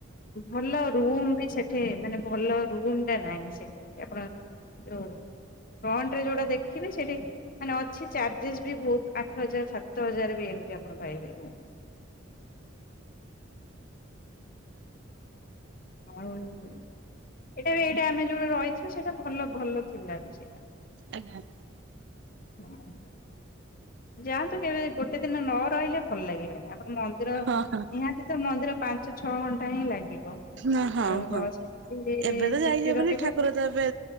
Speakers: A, on the left; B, on the right.
A: ଭଲ ରୁମ୍ ବି ସେ ଠି, ମାନେ ଭଲ ରୁମ୍ ଟା ନାହିଁ ସେଠି ଆପଣ ଯୋଉ ଫ୍ରଣ୍ଟ ରେ ଯୋଉଟା ଦେଖିବେ ସେଇଠି ମାନେ ଅଛି ଚାର୍ଜେସ୍ ବି ବୋହୁତ୍ ଆଠ ହଜାର ସାତ ହଜାର ବି ଏମିତି ଆପଣ ପାଇବେ ରୁମ୍। ଆଉ ଏଇଟା ବି ଏଇଟା ଆମେ ଯୋଉଟା ରହିଛୁ ସେଇଟା ଭଲ ଭଲ ଥିଲା ବି ସେଇଟା।
B: ଅଜ୍ଞା।
A: ହଁ। ଯାଆନ୍ତୁ କେବେ ଗୋଟେ ଦିନ ନ ରହିଲେ ଭଲ ଲାଗିବନି, ଆପଣ ମନ୍ଦିର
B: ହଁ ହଁ।
A: ନିହାତି ସେ ତ ମନ୍ଦିର ପାଞ୍ଚ ଛଅ ଘଣ୍ଟା ହିଁ ଲାଗିବ।
B: ହଁ ହଁ
A: ଆଉ
B: ହଁ
A: ଗ-ସେଠି,
B: ଏବେ ତ
A: ସେଠି
B: ଯାଇହବନି
A: ରହିବେ
B: ଠାକୁର ତ ଏବେ